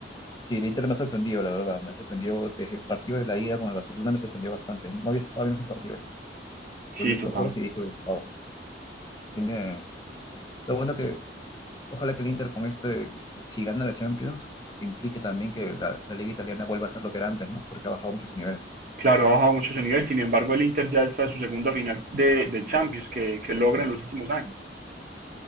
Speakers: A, on the left; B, on the right.
A: Sí, el Inter me ha sorprendido, la verdad. Me ha sorprendido desde el partido de la ida con el Barcelona, me sorprendió bastante. No había estado viendo esos partidos. Y
B: Sí,
A: vi estos
B: total.
A: dos y dije, wow. Tiene... Lo bueno que, ojalá que el Inter con este, si gana la Champions, implique también que la, la Liga Italiana vuelva a ser lo que era antes, ¿no? Porque ha bajado mucho su nivel.
B: Claro, ha bajado mucho su nivel. Sin embargo, el Inter ya está en su segunda final de, de Champions que, que logra en los últimos años.